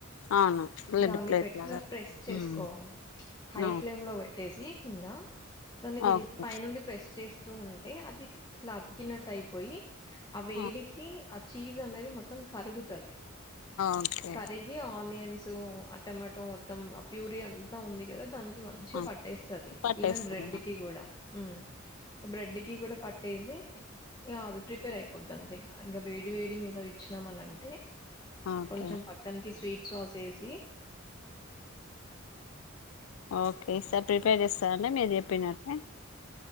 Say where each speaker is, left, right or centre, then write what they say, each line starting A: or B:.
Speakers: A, on the left; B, on the left.
A: అవును లెడ్
B: దాన్ని
A: ప్లేట్
B: పెట్టిలా
A: లాగా
B: ప్రెస్ చేసుకోవాలి
A: ఉమ్,
B: హై
A: నో
B: ఫ్లేమ్ లో పెట్ ట్టేసి కింద దన్నికి
A: ఓకే
B: పై నుండి చేస్తూ ఉంటే అది ఇట్లా అతికినట్టు అయిపోయి ఆ వేడికి
A: ఓ,
B: చీజ్ అనేది మొత్తం కరుగుతది
A: ఓకే
B: కరిగి అనియన్స్ ఆ టమాటో మొత్తం ప్యూరి అంతా ఉంది కదా దానికి మంచిగా
A: ఓకే
B: పట్టేస్తది.
A: పట్టేస్తాను
B: ఈవెన్ బ్రెడ్ కి కూడా హ్మ్ బ్రెడ్కి కూడా పట్ డేజీ ఇగా అది ప్రిపేర్ అయిపోతాంది. ఇగా ఇంకా వేడి వేడి మీద ఇచ్ ఇద్దాం మన అంటే
A: ఓకే
B: కొంచెం పక్కన్ కి స్వీట్ సాస్ వేసి
A: ఓకే సార్ ప్రిపేర్ చేస్తానండి మీరు చెప్పినట్ ఆ